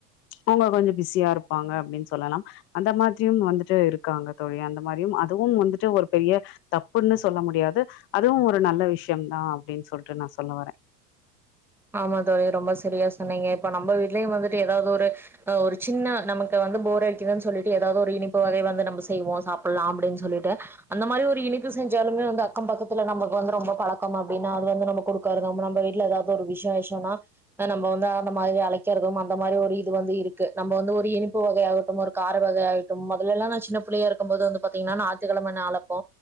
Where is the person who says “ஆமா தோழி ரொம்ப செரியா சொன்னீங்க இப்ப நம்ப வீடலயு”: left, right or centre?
Centre